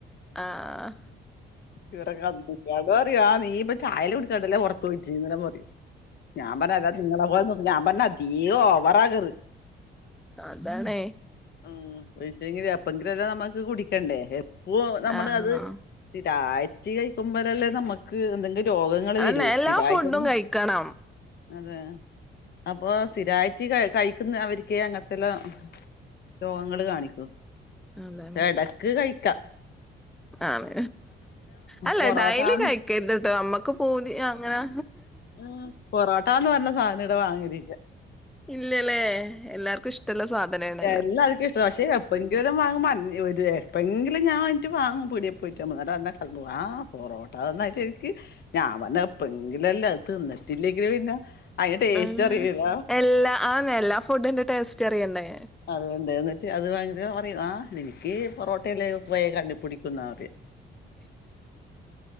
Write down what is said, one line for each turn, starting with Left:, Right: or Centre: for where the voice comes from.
Centre: ആഹ്
Left: ഇവരെ ന്താറയാ ആ നീ ചായലെ കുടിക്കാണ്ടല്ലേ ഒറകോഴിച്ചെനെ ഞാൻ പറഞ്ഞ അല്ല നിങ്ങളെ പോലെ ഞാൻ പറഞ്ഞ ഇയോ ഓവറാകറ്
Centre: അതാണേ
Left: ഉം വെജ്ജങ്കില് എപ്പങ്കിലല്ലാം നമ്മക്ക് കുടിക്കെണ്ടേ എപ്പോ നമ്മള്
Centre: ആഹ്
Left: അത് സ്ഥി രായ്റ്റ് കഴിക്കുമ്പോലല്ലേ നമ്മുക്ക് എന്തെങ്കി രോഗങ്ങള്
Centre: അതന്നെ
Left: വരൂ
Centre: എല്ലാ
Left: സ്ഥിരായിട്ടൊന്നും
Centre: ഫുഡും കഴിക്കണം
Left: അതെ അപ്പൊ സ്ഥിരായിട്ട് ക കഴിക്കുന്നവർക്കെ അങ്ങൻത്തെല്ലാം രോഗങ്ങള് കാണിക്കൂ
Centre: അതാണ്
Left: എ ടക്ക് കഴിക്കാ
Centre: ആണ് അല്ല
Left: പൊറോട്ടാന്ന്
Centre: ഡൈലി കഴിക്കരുതിട്ടോ അമ്മക്ക് പൂതി അങ്ങനാ
Left: മ് പൊറാട്ടാന്ന് പറഞ്ഞ സാനവ്ടെ വാങ്ങലില്ല
Centre: ഇല്ലല്ലേ എല്ലാർക്കും ഇഷ്ടള്ള സാധനാണല്ലോ
Left: എല്ലാർക്കിഷ്ട ക്ഷെ എപ്പങ്കിലും വാങ്ങുമ്മൻ ഒര് ഏപ്പങ്കിലും ഞാൻ വായിറ്റ് വാങ്ങും പീടെ പോയിട്ടമ്പ് ആടെഅല്ല <unintelligible> ആ പൊറോട്ടന്ന രിക്ക് ഞാപറഞ്ഞ് എപ്പങ്കിലെല്ലേ തിന്ന ട്ടില്ലെങ്കില് പിന്നെ അതിന്റെ ടേസ്റ്റ്
Centre: ആ
Left: അറിയൂല
Centre: എല്ലാ ആന്നെ എല്ലാഫുഡിന്റെ ടേസ്റ്ററിയണ്ടേ
Left: അതോണ്ട് എന്നിട്ട് അത് വാ പറയിം ആ നിന്ക്കീ പൊറോട്ടയല്ലേ പോയ കണ്ണുപിടിക്കുന്നാ പറയ